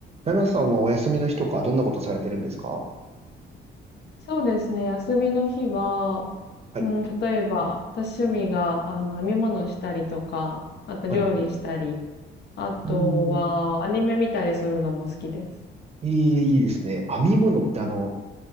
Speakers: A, on the right; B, on the left.
A: 奈良さんはお休みの日とかどんなことされてるんですか
B: そうですね。休みの日は、
A: はい。
B: うん、例えば、私趣味が、あの、編み物したりとか、あと料理したり、
A: はい。
B: あとは、
A: うーん。
B: アニメ見たりするのも好きです。
A: いい、いいですね。編み物ってあの、